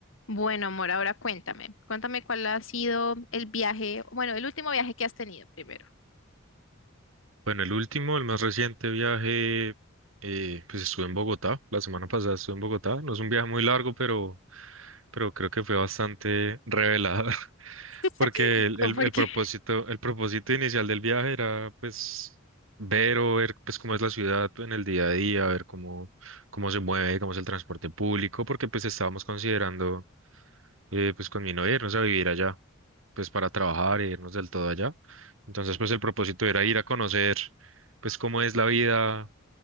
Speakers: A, on the left; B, on the right.
A: Bueno, amor, ahora cuéntame. Cuéntame cuál ha sido el viaje, bueno, el último viaje que has tenido primero.
B: Bueno, el último, el más reciente viaje, eh, pues estuve en Bogotá, la semana pasada estuve en Bogotá. No es un viaje muy largo, pero, pero creo que fue bastante revelador, <laughs>
A: <laughs>
B: porque el,
A: Co-
B: el-
A: Porque,
B: el propósito, el propósito inicial del viaje era pues ver o ver pues cómo es la ciudad en el día a día, ver cómo, cómo se mueve, cómo es el transporte público, porque pues estábamos considerando eh, pues con mi novia irnos a vivir allá, pues para trabajar e irnos del todo allá. Entonces, pues el propósito era ir a conocer, pues cómo es la vida